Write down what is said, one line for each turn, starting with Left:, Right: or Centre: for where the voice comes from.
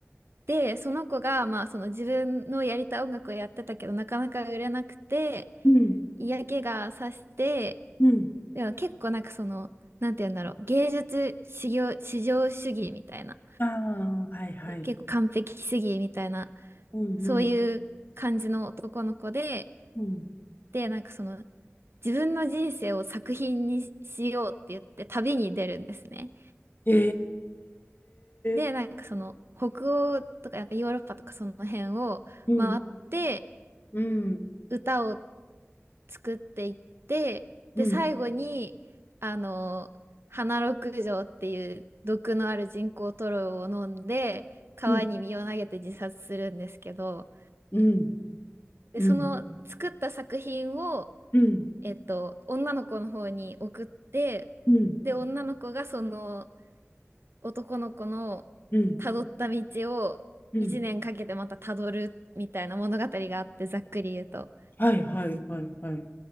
Right: で、その子が、まあ、その自分のやりたい音楽をやってたけど、なかなか売れなくて、
Left: うん。
Right: 嫌気がさして、
Left: うん
Right: でも結構なんかその、なんて言うんだろう、芸術至上、至上主義みたいな、
Left: ああ、はいはい。
Right: で、結構完璧主義みたいな、
Left: うんうん
Right: そういう感じの男の子で、
Left: うん。
Right: で、なんかその、自分の人生を作品にしようって言って旅に出るんですね。
Left: へ
Right: で、
Left: え。
Right: なんかその、北欧とか、なんかヨーロッパとかその辺を回って、
Left: うんうん
Right: 歌を作っていって、
Left: うん
Right: で、最後に、あの、花六条っていう毒のある人工塗料を飲んで、川に身を投げて自殺するんですけど、
Left: うんうん
Right: で、
Left: うん
Right: その作った作品を、
Left: うん
Right: えっと、女の子の方に送って、
Left: うん
Right: で、女の子がその男の子の辿った道を1年かけてまた辿るみたいな物語があって、
Left: うんうん
Right: ざっくり言うと。
Left: はいはいはいはい。